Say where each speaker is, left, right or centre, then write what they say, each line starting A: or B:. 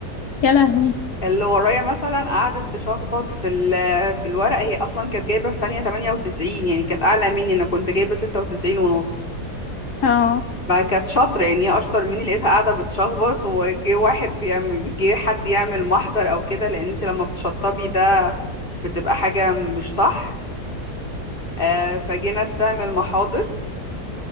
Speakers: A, on the left; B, on the left.
A: يا لهوي
B: اللي ورايا مثلا قعدت تشخبط في ال- في الورقه هي اصلا كانت جايبه في تانية 98 يعني كانت اعلى مني انا كنت جايبه 96 ونص
A: اه
B: فكانت شاطره يعني هي اشطر مني لقيتها قاعده بتشخبط وجه واحد بيعمل جه حد يعمل محضر او كده لان انت لما بتشطبي ده بتبقى حاجه مش صح آه، فجينا استعمل محاضر